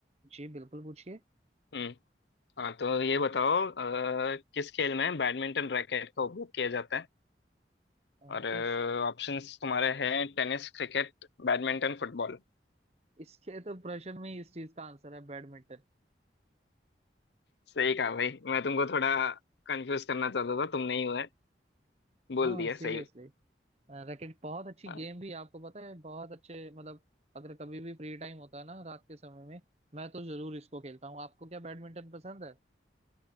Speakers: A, on the right; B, on the left.
A: जी बिल्कुल पूछिए
B: हम्म हाँ तो ये बताओ अ, किस खेल में बैडमिंटन रैकेट का उपयोग किया जाता है
A: अ,
B: और
A: किस
B: ऑप्शंस तुम्हारे हैं टेनिस क्रिकेट बैडमिंटन फुटबॉल
A: इसके तो प्रश्न में ही इस चीज का आंसर है बैडमिंटन
B: सही कहा भाई मैं तुमको थोड़ा कंफ्यूज करना चाहता था तुमने ही है
A: हाँ
B: बोल दिया
A: सीरियसली
B: सही
A: रैकेट बहुत अच्छी
B: हाँ
A: गेम भी है, आपको पता है बहुत अच्छे मतलब अगर कभी भी फ्री टाइम होता है ना रात के समय में मैं तो जरूर इसको खेलता हूँ आपको क्या बैडमिंटन पसंद है